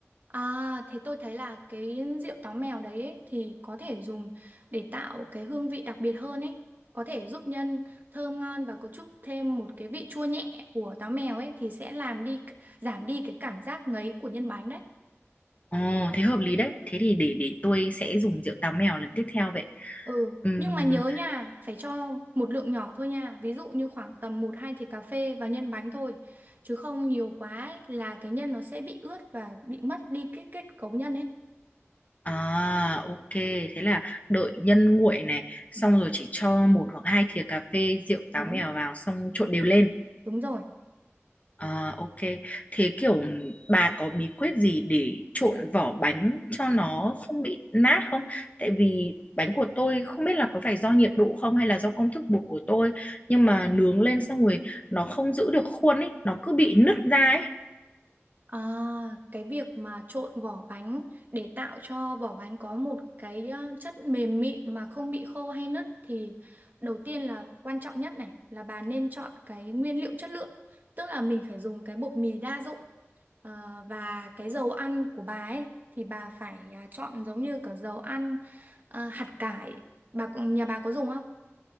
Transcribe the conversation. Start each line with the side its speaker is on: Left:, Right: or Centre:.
Right: À, thế tôi thấy là cái rượu táo mèo đấy ấy, thì có thể dùng để tạo cái hương vị đặc biệt hơn ấy. Có thể giúp nhân thơm ngon và có chút thêm một cái vị chua nhẹ của táo mèo ấy thì sẽ làm đi giảm đi cái cảm giác ngấy của nhân bánh đấy.
Left: Ồ thế hợp lý đấy thế thì để để tôi sẽ dùng rượu táo mèo lần tiếp theo vậy
Right: Ừ,
Left: Ừm,
Right: nhưng mà nhớ nha, phải cho một lượng nhỏ thôi nha. Ví dụ như khoảng tầm một 2 thìa cà phê vào nhân bánh thôi. Chứ không nhiều quá ấy, là cái nhân nó sẽ bị ướt và bị mất đi cái kết cấu nhân ấy.
Left: à ok thế là đợi nhân nguội này xong rồi chỉ cho một hoặc hai thìa cà phê rượu táo
Right: Đúng,
Left: mèo vào xong trộn đều lên
Right: đúng rồi.
Left: À, ok. Thế kiểu bà có bí quyết gì để trộn vỏ bánh cho nó không bị nát không? Tại vì bánh của tôi không biết là có phải do nhiệt độ không hay là do công thức bột của tôi nhưng mà nướng lên xong rồi nó không giữ được khuôn ấy, nó cứ bị nứt ra ấy.
Right: À, cái việc mà trộn vỏ bánh để tạo cho vỏ bánh có một cái ờ, chất mềm mịn mà không bị khô hay nứt thì đầu tiên là quan trọng nhất này là bà nên chọn cái nguyên liệu chất lượng. Tức là mình phải dùng cái bột mì đa dụng Ờ, và cái dầu ăn của bà ấy thì bà phải ờ, chọn giống như cả dầu ăn ờ, hạt cải. Bà cũng nhà bà có dùng không?